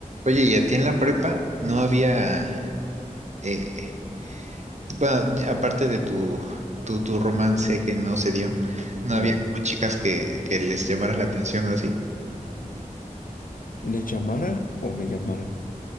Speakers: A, on the right; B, on the left.
A: Oye, ¿y a ti en la prepa no había, eh, bueno, ya aparte de tu, tu, tu romance que no se dio, no
B: O
A: había como chicas que, que les llamaras la atención o así?
B: le llamara o me llamaran.